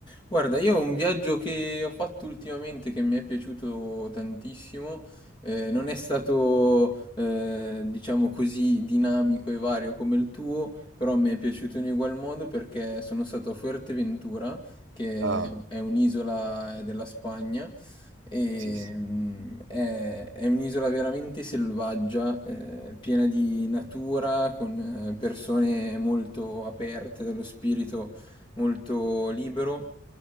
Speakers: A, on the left (about 25°); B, on the right (about 80°).
A: Guarda, io ho un viaggio che ho fatto ultimamente che mi è piaciuto tantissimo, eh, non è stato, eh, diciamo così, dinamico e vario come il tuo, però mi è piaciuto in ugual modo perché sono stato a Fuerteventura, che
B: Ah,
A: è un'isola eh, della Spagna, e
B: sì, sì.
A: mm, è, è un'isola veramente selvaggia, eh, piena di natura, con eh, persone molto aperte dallo spirito molto libero.